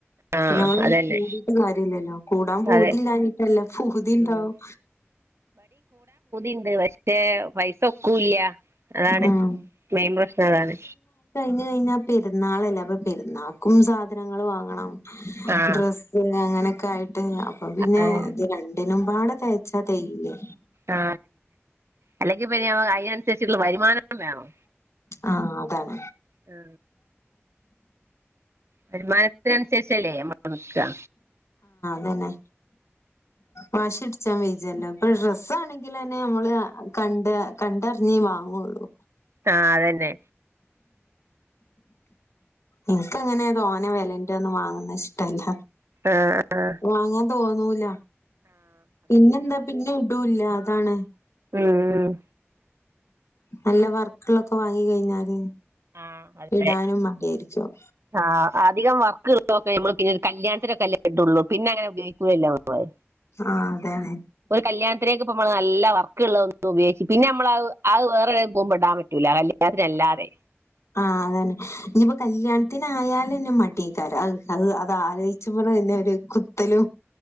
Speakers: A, on the right; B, on the left.
A: ആഹ്
B: നമ്മള
A: അതന്നെ
B: കൂടീട്ട് കാര്യല്ലല്ലോ കൂടാൻ പോതില്ലിട്ടല്ല
A: അതെ
B: പൂതിണ്ടാവും
A: ഉം പണ്ട് പക്ഷെ പൈസ ഒക്കൂല്ല അതാണ്
B: ഉം
A: മെയിൻ പ്രശ്നം അതാണ്
B: കഴിഞ്ഞാൽ പെരുന്നാളല്ലേ അപ്പ പെരുന്നാൾക്കും സാധനങ്ങൾ വാങ്ങണം.
A: ആഹ്
B: ഡ്രസ്സ്‌ അങ്ങനെ <unintelligible> അപ്പ പിന്നെ
A: അതെ
B: ഇത് ര <unintelligible> തയ്ച്ചാൽ തെകയില്ലേ
A: ആ അല്ലെങ്കിൽ പിന്നെ ഞങ്ങള് അതിന ഉള്ള വരുമാനം വേണം
B: ആവേണം
A: ആ വരുമാനത്തെ അനുസരിച്ചല്ലേ നമ്മള് നിക്ക.
B: തന്നെ വാശിപിടി ഴിച്ചാൽ വെച്ചാല്ലോ ഡ്രസ്സ് ആണെങ്കിൽ തന്നെ നമ്മള് കണ്ട് കണ്ടറിഞ്ഞേ വാങ്ങുള്ളൂ
A: ആ അതന്നെ
B: ഇനക്ക് അങ്ങനെ തോ തോനെ വിലന്റെറ ഒന്നും വാങ്ങുന്ന ഇഷ്ടല്ല
A: ആ ആ
B: വാങ്ങാൻ തോന്നൂല പിന്നെന്താ പിന്നെ ഇടും ഇല്ല അ താണ്
A: ഉം
B: നല്ല വർക്കുകളൊക്കെ വാങ്ങി കഴിഞ്ഞാല്
A: ആഹ് അതെ
B: ഇടാനും മടിയായിരിക്കും.
A: ആഹ് അധികം വർക്ക് ഇള്ളൊക്കെ നമ്മൾ പിന്നെ കല്യാണത്തിനക്കെല്ലേ ഇടൊള്ളു. പിന്നെ അങ്ങനെ ഉപയോഗിക്കൂലല്ലൊ മള്.
B: ആഹ് അതെ ആണ്
A: ഒരു കല്യാണത്തിനേക്ക് ഇപ്പമ്മള് നല്ല വർക്ക്ള്ള ഒന്നും ഉപയോഗിച്ച് പിന്നെ നമ്മള അത് വേറെടെം പോകുമ്പടാൻ പറ്റൂല്ല. കല്യാണത്തിനല്ലാതെ
B: ആ അതന്നെ. ഇനിയിപ്പോ കല്യാണത്തിനായാലന്നെ മടിയേക്കാരത്. അഹ് അത് ആലോചിച്ചുമ്പളന്നെ ഒരു കുത്തലും